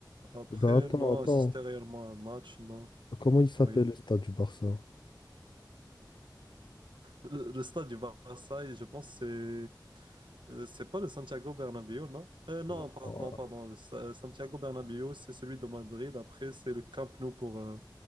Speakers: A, on the right; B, on the left.
A: Après,
B: Bah attends,
A: non,
B: attends.
A: assister réellement à un match, non.
B: Comment il s'appelle
A: Oui.
B: le stade du Barça?
A: Le, le stade du Barça, je pense, c'est Euh, c'est pas le Santiago Bernabéu, non? Euh, non,
B: Ouah.
A: pardon, pardon. Le Sa- euh, Santiago Bernabéu, c'est celui de Madrid. Après, c'est le Camp Nou pour euh,